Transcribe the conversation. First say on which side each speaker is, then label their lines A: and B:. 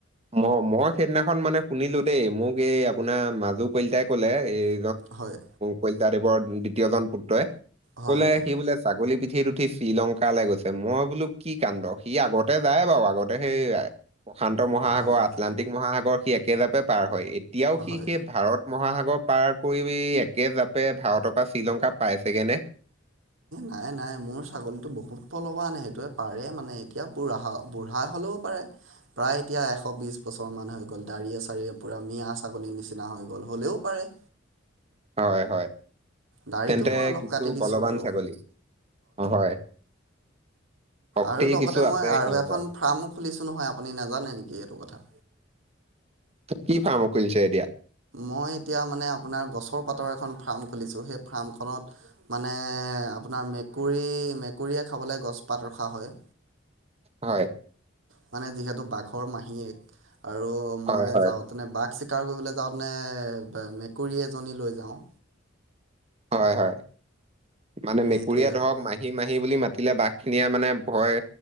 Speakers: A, on the right; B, on the right.
A: ম মই সেইদিনাখন মানে শুনিলো দেই মোক এই আপোনাৰ মাজু কলিতাই কলে এই
B: হয়
A: কলিতাদেৱৰ দ্বিতীয়জন পুত্ৰই
B: হয়
A: কলে
B: হয়
A: সি বোলে ছাগলী পিঠ উঠ উঠি শ্ৰীলংকালৈ গৈছে মই বোলো কি কাণ্ড সি আগতে যায় বাৰু আগতে সেই প্ৰশান্ত মহাসাগৰ
B: হয় হয়
A: আটলানটিক
B: হয়
A: মহাসাগৰ সি একেজাপে পাৰ হয় এতিয়াও সি
B: হয়।
A: সেই ভাৰত মহাসাগৰ পাৰ কৰি একে জাপে ভাৰতৰ পৰা শ্ৰীলংকা পাইছেগে নে?
B: নাই নাই মোৰ ছাগলীতটো বহুত বলবান সেইটোৱে পাৰে মানে এতিয়া বুঢ়া বুঢ়া হ'লেও পাৰে প্ৰায় এতিয়া এশ বিশ বছৰ মান হৈ গ'ল দাড়ি এ চাৰিৱে পুৰা মিয়া ছাগলীৰ নিচিনা হৈ গল হলেও পাৰে
A: হয় হয়
B: দাড়িটো
A: তেন্তে
B: মই অলপ
A: কিছু
B: কাটি দিছোঁ
A: বলৱান
B: বাৰু
A: ছাগলী অ হয় শক্তি
B: আৰু লগতে
A: কিছু আছে
B: মই আৰু
A: সিহঁতৰ
B: এখন ফাৰ্ম খুলিছোঁ নহয় আপুনি নাজানে নেকি এইটো কথা
A: কি ফাৰ্ম খুলছে এতিয়া
B: মই এতিয়া মানে আপোনাৰ গছৰ পাতৰ এখন ফাৰ্ম খুলিছো সেই ফাৰ্মখনত মানে আপোনাৰ মেকুৰী মেকুৰীয়ে খাবলৈ গছপাত ৰখা হয়
A: হয়
B: মানে যিহেতু বাঘৰ মাহীয়েক আৰু মই
A: হয় হয়
B: যাওঁতেনে বাঘ চিকাৰ কৰিবলৈ যাওঁত নে মেকুৰী এজনী লৈ যাওঁ
A: হয় হয় মানে
B: সেইটোৱে
A: মেকুৰীয়ে
B: আৰু
A: ধৰক মাহী মাহী বুলি মা দিলে বাঘ খিনিয়ে মানে ভয়